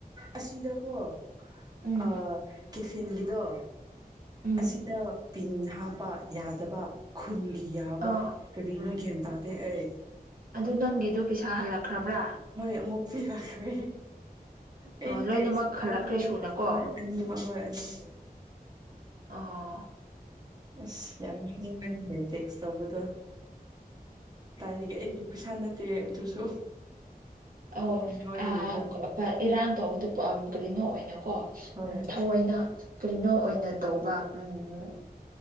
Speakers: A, on the right; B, on the right.
A: ꯑꯁꯤꯗꯀꯣ
B: ꯎꯝ
A: ꯑ ꯀꯦꯐꯤꯟꯒꯤꯗꯣ
B: ꯎꯝ
A: ꯑꯁꯤꯗ ꯄꯤꯟ ꯍꯥꯞꯄ ꯌꯥꯗꯕ ꯈꯨꯟꯒꯤ ꯌꯥꯕ
B: ꯑꯣ
A: ꯀꯔꯤꯅꯣ ꯒ꯭ꯌꯥꯟ ꯇꯥꯗꯦ ꯑꯩ
B: ꯑꯗꯨ ꯅꯪꯒꯤꯗꯨ ꯄꯩꯁꯥ ꯍꯜꯂꯛꯈ꯭ꯔꯕ꯭ꯔꯥ
A: ꯍꯣꯏ ꯑꯃꯨꯛꯄꯨ ꯌꯥꯈ꯭ꯔꯦ ꯑꯩ
B: ꯑꯣ ꯂꯣꯏꯅꯃꯛ
A: ꯇꯦꯛꯁ ꯇꯧꯃꯟꯕꯅ
B: ꯍꯜꯂꯛꯈ꯭ꯔꯦ ꯁꯨꯅꯀꯣ
A: ꯍꯣꯏ ꯑꯅꯤꯃꯛ ꯍꯣꯏ ꯑꯅꯤꯁꯦ
B: ꯑ
A: ꯑꯁ ꯌꯥꯝ ꯌꯦꯡꯅꯤꯡꯕꯅꯤꯅꯦ ꯇꯦꯛꯁ ꯇꯧꯕꯗꯣ ꯇꯥꯏꯕꯒꯤ ꯑꯩꯒꯤ ꯄꯩꯁꯥ ꯅꯠꯇꯦ ꯑꯗꯨꯁꯨ
B: <unintelligible>
A: ꯃꯤꯉꯣꯟꯗꯒꯤ ꯂꯧꯋꯦ
B: ꯏꯔꯥꯡ ꯇꯧꯕꯗꯨ ꯀꯔꯤꯅꯣ ꯑꯣꯏꯅꯀꯣ
A: ꯍꯣꯏ
B: ꯎꯝ ꯑꫭꯏꯅ ꯀꯔꯤꯅꯣ ꯑꯣꯏꯅ ꯇꯧꯕ ꯎꯝ